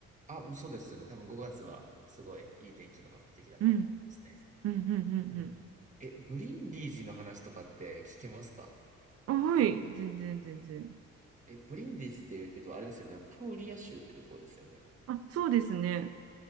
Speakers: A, on the right; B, on the right.
A: あ、そうですね。多分5月はすごいいい天気の時期だと思いますね。
B: うんうんうんう
A: うん。
B: ん
A: え、ブリンディージの話とかって聞けますか
B: うん。あ、はい、
A: なんか
B: 全然全然。
A: え、ブリンディージっていうと、あれですよね。プーリア州ってところですよね。
B: あ、そうですね。